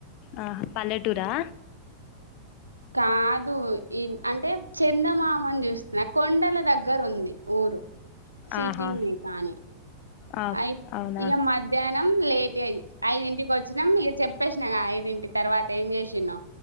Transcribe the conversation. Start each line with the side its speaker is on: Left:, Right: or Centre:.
Left: ఆ పల్లెటూరా
Right: కాదు. అంటే చందమామని చూస్తున్నా కొండల దగ్గర దగ్గర ఉంది ఊరు సిటీనే
Left: ఆహా
Right: కానీ
Left: ఆ
Right: అయి
Left: అవునా
Right: ఇక మధ్యాహ్నం లేట్ అయి ఐదింటికి వచ్చినాం ఇక చెప్పేసినఐ ఇంటి తర్వాత ేం చేసిన్న